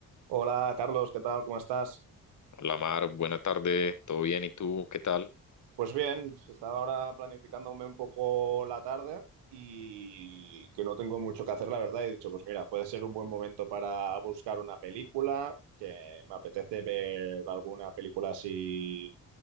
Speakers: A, on the right (about 80°); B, on the left (about 45°).
A: Hola Carlos, ¿qué tal? ¿Cómo estás?
B: Hola Mar, buena tarde, ¿todo bien? ¿Y tú qué tal?
A: Pues bien, estaba ahora planificándome un poco la tarde y que no tengo mucho que hacer, la verdad. He dicho, pues mira, puede ser un buen momento para buscar una película, que me apetece ver alguna película así,